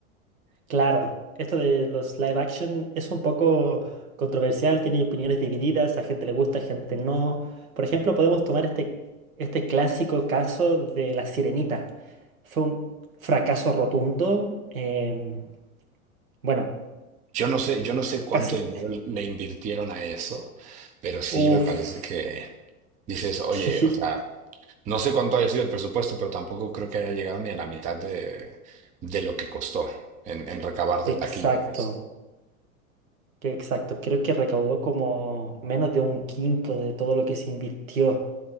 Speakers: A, on the right; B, on the right.
A: Claro, esto de los live action es un poco controversial, tiene opiniones divididas, a gente le gusta, a gente no. Por ejemplo, podemos tomar este, este clásico caso de La Sirenita. Fue un fracaso rotundo. em, bueno,
B: Yo no sé, yo no sé cuánto
A: casi...
B: dinero le invirtieron a eso, pero sí
A: Uf,
B: me parece que dices, oye,
A: <laughs>
B: o sea.
A: sí,
B: No sé cuánto haya sido el presupuesto, pero tampoco creo que haya llegado ni a la mitad de, de lo que costó en, en recabar de
A: exacto.
B: taquilla, pues.
A: Que Exacto, creo que recaudó como menos de un quinto de todo lo que se invirtió.